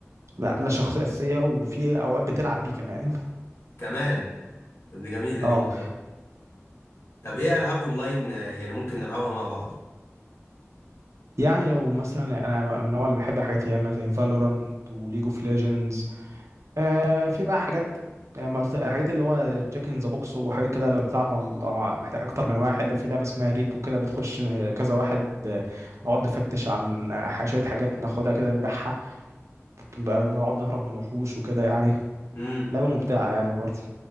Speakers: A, on the right; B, on the left.
A: لا لا شخصيه اساسيه وفي اوقات بتلعب بيه كمان <laughs>
B: كمان طب دي جميلة
A: اه
B: دي والله طب ايه العاب اونلاين آه، يعني ممكن نلعبها مع بعض
A: يعني لو مثلا انا من النوع اللي بحب حاجات ياما زي فالورانت وليج اوف ليجندز آه في بقى حاجات آه، مالت- الحاجات اللي هو جاك ان ذا بوكس وحاجات كده لو بتلعب مع مع- محتاج اكتر من واحد لو في لعبه اسمها ريبو كده بتخش آه، كذا واحد آه، نقعد نفتش عن آه، شويه حاجات ناخدها كده نبيعها بقى بنقعد نهرب من وحوش وكده يعني
B: امم
A: لعبة ممتعة يعني برضه